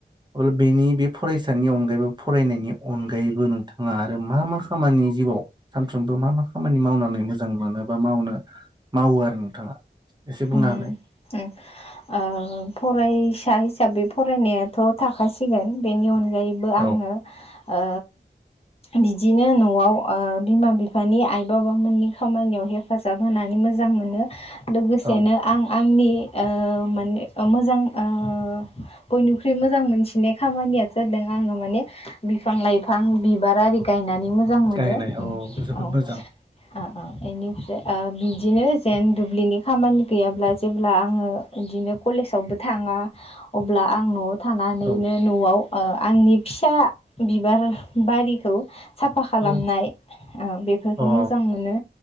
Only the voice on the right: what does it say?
अल बेनि बे फरायसानि अनगायैबो फरायनायनि अनगायैबो नोंथाङा आरो मा मा खामानि जिउआव सानफ्रोमबो मा मा खामानि मावनानै मोजां मोनो बा मावनो मावो आरो नोंथाङा? एसे बुंना
होलाय।
औ
औ
गायनाय औ जोबोद
मोजां
औ
अ
औ